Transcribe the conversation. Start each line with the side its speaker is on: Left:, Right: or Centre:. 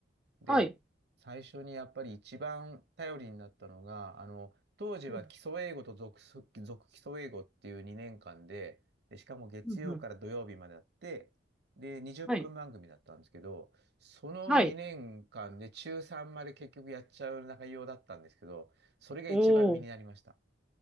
Right: で、
Centre: はい、
Right: 最初にやっぱり一番頼りになったのが、あの、当時は基礎英語と続す、
Centre: うん、
Right: 続基礎英語っていう2年間で、で、しかも月曜から土曜日まであって、
Centre: うん、うん
Right: で、20分番組だったんですけど、
Centre: はい、
Right: その2年間で中3まで結局やっちゃう内容だったんですけど、
Centre: はい、
Right: それが一番身になりました。
Centre: おお、